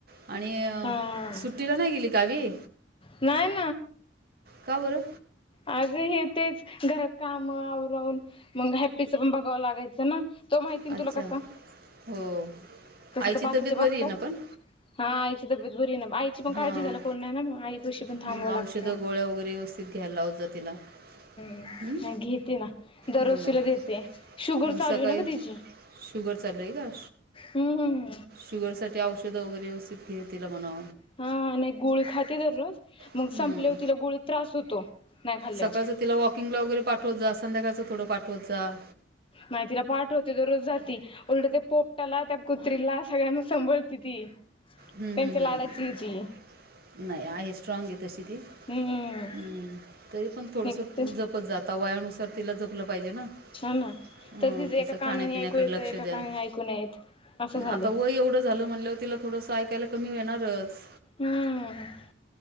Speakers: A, on the right (about 55°); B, on the left (about 30°).
A: आणि
B: हा
A: सुट्टीला नाही गेली गवी.
B: नाही
A: काबर.
B: आग हे तेच घरात काम आवरवून. मग हॅप्पीच पण बघाव लागायचं ना तो माहिती
A: अच्छा.
B: ना तुला कसा.
A: हो.
B: तस
A: आईची
B: तर बाकीचे
A: तब्येत
B: बघतात
A: बरी आहे ना पण?
B: हा. तब्येत बरीय ना आईची पण काळजी
A: हां.
B: घ्याला कोण नाय ना मग आई पशी पण थांबव
A: मग
B: लागत.
A: औषधं, गोळ्या वगैरे व्यवस्थित घ्यायला जा तिला.
B: नाही
A: हं.
B: घेते ना दररोजीला
A: हो ना.
B: देते शुगर
A: मग
B: चालूय
A: सकाळी
B: ना ग तिची.
A: शुगर चालूये का?
B: हम्म.
A: शुगर साठी औषधं वगैेरे व्यवस्थित घे तिला म्हणाव.
B: हा नाय गोळी खाते दररोज मग
A: हं.
B: संपलेव तीला गोळी त्रास होतो. नाही खाल्ल्यावर
A: सकाळचं तिला वॉकिंगला वगैरे पाठवत जा. संध्याकाळचं थोडं पाठवत जा.
B: नाही तीला पाठवते दररोज जाती उलट ते पोपटाला त्या कुत्रीला सगळ्यांना सभळती ती.
A: हम्म
B: त्यांच्या
A: हम्म
B: लाडाची
A: हम्म
B: आहे ती
A: नाही आहे स्ट्रॉगे तशी ती.
B: हम्म
A: हम्म तरी पण थोडस
B: एक
A: जपत जा. वयानुसार तिला जपलं पाहिजे ना.
B: हा ना
A: हं.
B: तरी तिं एका
A: तिचं
B: कानाने
A: खाण्यापिण्याकडे
B: ऐकू येत,
A: लक्ष
B: एका
A: द्या.
B: कानाने ऐकू न येत. असं झाले
A: आता वय एवढं झालं म्हणल्याव तिला थोडस ऐकायला कमी होणारच.
B: हम्म.